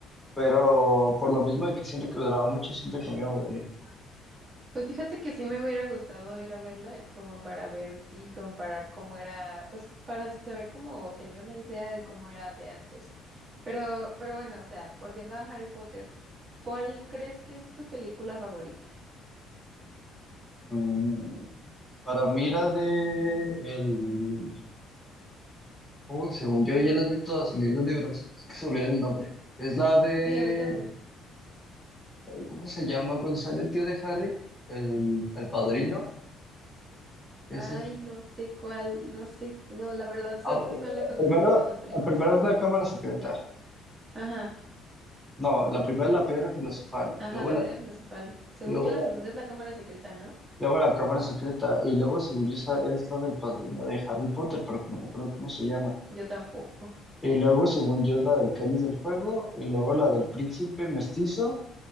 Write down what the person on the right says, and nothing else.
Pues fíjate que sí me hubiera gustado ir a verla, eh, como para ver y comparar cómo era, pues para saber cómo o tener una idea de cómo era de antes. Pero, pero bueno, o sea, volviendo a Harry Potter, ¿cuál crees que es tu película favorita?
Sí, a mí también.
Ay,
no sé cuál, no sé, no, la verdad soy
muy mala con
los nombres de las películas.
Ajá,
ajá,
la
piedra filosofal. Según
yo, la
segunda es la cámara secreta, ¿no?
Yo tampoco.